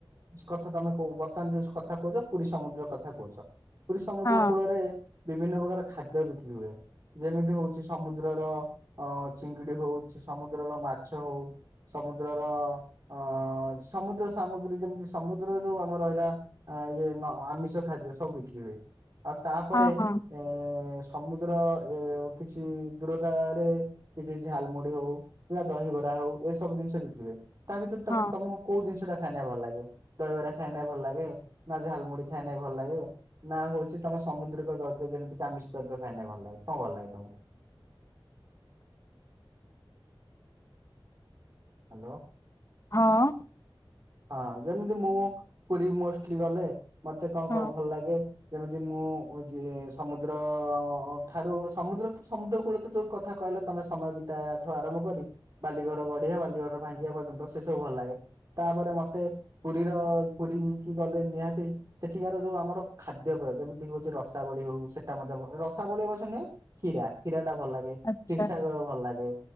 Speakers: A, on the right (about 40°); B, on the left (about 35°).
A: କଥା ତମେ କହୁ ବର୍ତ୍ତମାନ ଯୋଉ କଥା କହୁଛ ପୁରୀ ସମୁଦ୍ର କଥା କହୁଛ। ପୁରୀ ସମୁଦ୍ର
B: ହଁ
A: କୂଳରେ ବିଭିନ୍ନ ପ୍ରକାର ଖାଦ୍ୟ ବିକ୍ରି ହୁଏ। ଯେମିତି ହଉଛି ସମୁଦ୍ରର ଅ ଚିଙ୍ଗୁଡି ହଉ ସମୁଦ୍ରର ମାଛ ହଉ ସମୁଦ୍ରର ଅ ସମୁଦ୍ର ସାମଗ୍ରୀ ଯେମିତି ସମୁଦ୍ରରେ ଯୋଉ ଆମର ରହିଲା। ଇଏ ଆମିଷ ଖାଦ୍ୟ ସବୁ ବିକ୍ରି ହୁଏ ଆଉ ତାପରେ
B: ହଁ ହଁ
A: ଏ ସମୁଦ୍ର ଏ କିଛି ଦୂରତାରେ କିଛି ଝାଲମୁଢଡି ହଉ କିମ୍ବା ଦହିବରା ହଉ ଏସବୁ ଜିନିଷ ବିକି ହୁଏ ତା ଭିତରେ
B: ହଁ
A: ତମକୁ କୋଉ ଜିନିଟା ଖାଇ ଭଲ ଲାଗେ ଦହିବରା ଖାଇ ନ ଭଲ ଲାଗେ ନା ଝାଲମୁଢ ଖାଇଲେ ଭଲ ଲାଗେ। ନା ହଉଛି ତମ ସମୁଦ୍ରିକ ଦ୍ରବ୍ୟ ଯେମିତି ଆମିଷ ଦ୍ରବ୍ୟ ଖାଇଲେ ଭଲ ଲାଗେ କଣ ଭଲ ଲାଗେ ତମକୁ? ହ୍ୟାଲୋ।
B: ହଁ।
A: ହଁ ଯେମିତି ମୁଁ ପୁରୀ ମୋଷ୍ଟଲି ଗଲେ ମତେ କଣ
B: ହଁ
A: କହ ଭଲ ଲାଗେ? ଯେମିତି ମୁଁ ସମୁଦ୍ର ଠାରୁ ସମୁଦ୍ର ତ ସମୁଦ୍ର କୂଳ ତ ଯୋଉ କଥା କହିଲା ତମେ ସମୟ ବିତାଠୁ ଆରମ୍ଭ କରି ବାଲି ଘର ଗଢିବା ବାଲି ଘର ଭାଙ୍ଗିବା ପର୍ଯ୍ୟନ୍ତ ସେ ସବୁ ଭଲ ଲାଗେ। ତାପରେ ମତେ ପୁରୀର ପୁରୀ କି ଗଲେ ନିହାତି ସେଠିକାର ଯୋଉ ଆମର ଖାଦ୍ୟ ପୟ ଯେମିତି ହଉଛି ରସାବଳି ହଉ ସେଟା ମଧ୍ୟ ରସାବଳି ଅବଶ ନୁହେଁ। କ୍ଷୀରା କ୍ଷୀରା ଟା ଭଲ ଲାଗେ
B: ଆଚ୍ଛା
A: କ୍ଷୀସାଗର ଭଲ ଲାଗେ